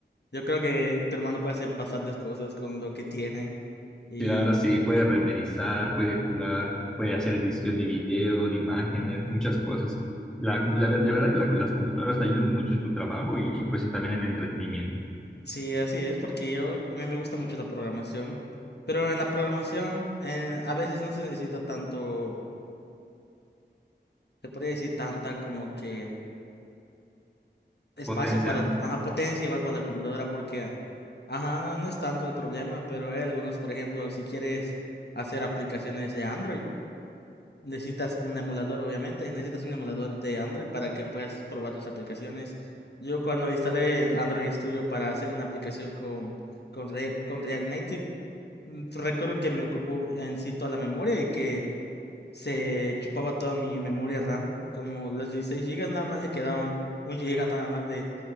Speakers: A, on the left; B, in the centre.
A: yo creo que tu hermano puede hacer bastantes cosas con lo que tiene. Y
B: Y ahora sí puede renderizar, puede jugar, puede hacer edición de video, de imágenes, muchas cosas. La, com- la, ver- la verdad que la- las computadoras te ayudan mucho en tu trabajo y, y pues sí, también en el entretenimiento.
A: sí, así es, porque yo, a mí me gusta mucho la programación, pero en la programación eh, a veces no se necesita tanto, se podría decir tanta como que espacio
B: Potencia,
A: para,
B: ¿no?
A: ajá, potencia igual para la computadora, porque, ajá, no es tanto el problema, pero hay algunos, por ejemplo, si quieres hacer aplicaciones de Android, necesitas un emulador, obviamente, necesitas un emulador de Android para que puedas probar tus aplicaciones. Yo cuando instalé el Android Studio para hacer una aplicación con, con, Re- con React Native, Mm, Recuerdo que me ocupó en sí toda la memoria y que se chupaba toda mi memoria RAM. Como los dieciséis gigas nada más le quedaban un giga nada más de,